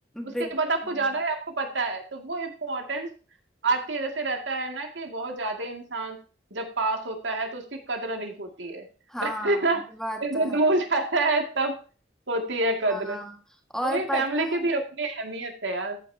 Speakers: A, on the right (about 85°); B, in the centre.
A: उसके
B: बिल्कुल
A: बाद आपको जाना है आपको पता है तो वो इम्पोर्टेंस आती है जैसे रहता है ना कि बहुत ज्यादा इंसान जब पास होता है तो उसकी कदर नहीं होती है
B: हाँ
A: <laughs> फिर
B: ये बात तो
A: वो
B: है
A: दूर जाता है तब होती है कद्र
B: हाँ और
A: चलिए
B: पता
A: फैमिली
B: है
A: की भी अपनी अहमियत है यार